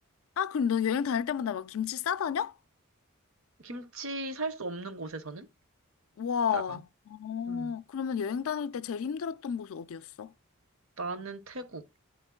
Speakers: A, on the left (about 65°); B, on the right (about 65°).
A: 아, 그럼 너 여행 다닐 때마다 막 김치 싸다녀?
B: 김치 살 수 없는 곳에서는
A: 와,
B: 싸가.
A: 어,
B: 음,
A: 그러면 여행 다닐 때 제일 힘들었던 곳은 어디였어?
B: 나는 태국.